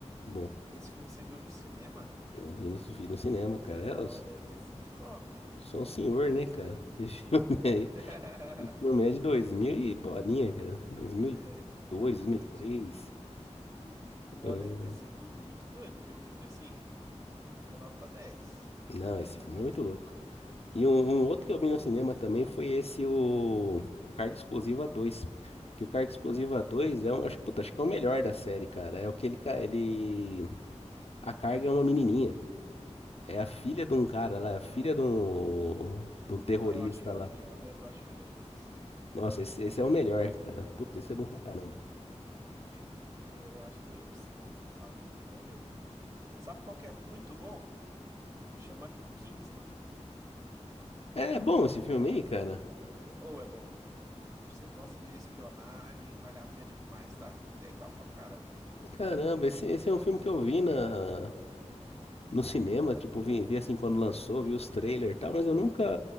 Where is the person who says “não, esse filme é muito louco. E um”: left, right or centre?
Left